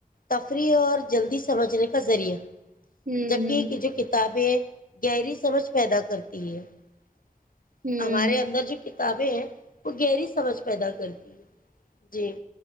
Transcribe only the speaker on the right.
ہوں
ہوں
ہوں